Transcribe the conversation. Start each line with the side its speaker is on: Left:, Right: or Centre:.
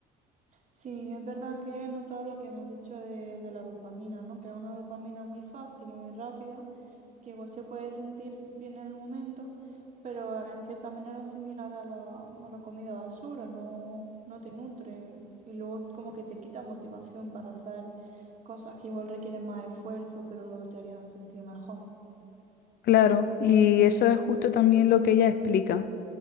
Right: Sí, es verdad que he notado lo que me has dicho de, de la dopamina, ¿no? Que es una dopamina muy fácil y muy rápida, que igual se puede sentir bien en el momento, pero en cierta manera similar a la, a la comida basura, no, no te nutre y luego como que te quita motivación para hacer cosas que igual requieren más esfuerzo, pero te harían sentir mejor.
Left: Claro, y eso es justo también lo que ella explica.